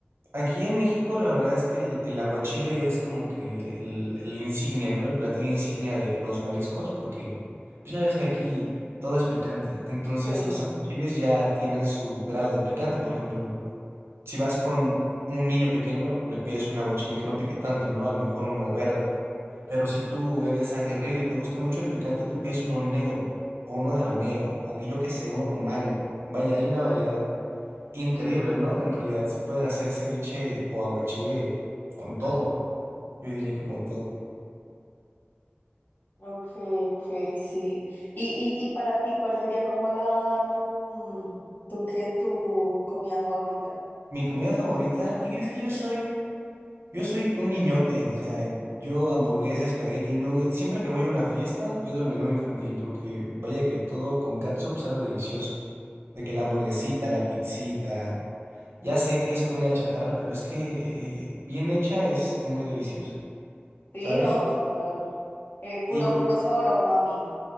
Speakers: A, on the right; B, on the left.
A: Aquí en México, la verdad es que el, el aguachile es como que el, el insignia, ¿no? El platillo insignia de los mariscos, porque pues ya ves que aquí todo es picante. Entonces,
B: Sí.
A: los aguachiles ya tienen su grado de picante. Por ejemplo, si vas con un niño pequeño, le pides un aguachile que no pique tanto, ¿no? A lo mejor uno verde. Pero si tú eres aguerrido y te gusta mucho el picante, te pides uno negro o uno de habanero o que yo qué sé, uno con mango. Vaya, hay una variedad increíble, ¿no? En realidad se pueden hacer ceviche o aguachile con todo. Yo diría que con todo.
B: Ok, ok, sí. Y, y, y para ti, ¿cuál sería como la tu, tu qué, tu comida favorita?
A: Mi comida favorita, ¿qué crees que yo soy? Yo soy un niñote, o sea, yo hamburguesa, espagueti, nuggets, siempre que voy a una fiesta pido el menú infantil porque vaya que todo con catsup sabe delicioso. De que la hamburguesita, la pizzita, ya sé que es comida chatarra, pero es que eh, bien hecha es muy deliciosa,
B: Sí,
A: ¿sabes?
B: no, total. Eh, puro,
A: Y
B: puro sabor a umami.